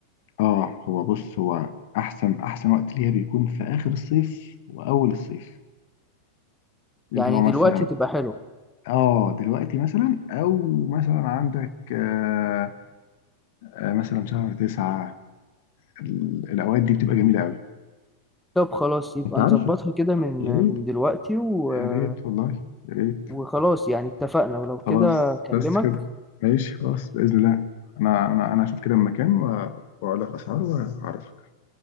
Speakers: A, on the left (about 50°); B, in the centre.
A: اه هو بص هو احسن احسن وقت ليها بيكون في اخر الصيف واول الصيف اللي
B: يعني
A: هو مثلا
B: دلوقتي تبقى حلوة
A: اه دلوقتي مثلا او مثلا عندك آه آه، مثلا شهر تسعة ال- الاوقات دي بتبقى جميلة قوي
B: طب خلاص يبقى
A: انت عارف
B: نظبطها كده من
A: يا ريت
B: من دلوقتي و...
A: يا
B: آه،
A: ريت والله يا ريت
B: وخلاص يعني اتفقنا ولو كده
A: خلاص
B: اكلمك
A: بس كده ماشي خلاص بإذن الله انا انا انا اشوف كده المكان و- واقول لك اسعاره وهعرفك